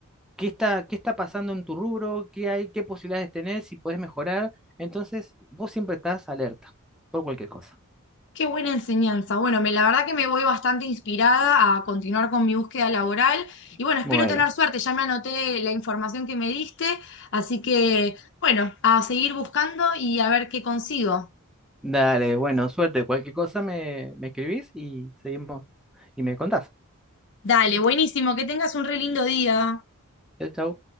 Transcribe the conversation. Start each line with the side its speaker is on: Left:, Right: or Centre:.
Centre: qué está, qué está pasando en tu rubro, qué hay, qué posibilidades tenés, si puedes mejorar. Entonces, vos siempre estás alerta por cualquier cosa.
Left: Qué buena enseñanza. Bueno, me, la verdad que me voy bastante inspirada a continuar con mi búsqueda laboral y bueno, espero
Centre: Bueno,
Left: tener suerte. Ya me anoté la información que me diste, así que bueno, a seguir buscando y a ver qué consigo.
Centre: dale, bueno, suerte. Cualquier cosa me, me escribís y seguimos y me contás.
Left: Dale, buenísimo, que tengas un re lindo día.
Centre: Chau. chao.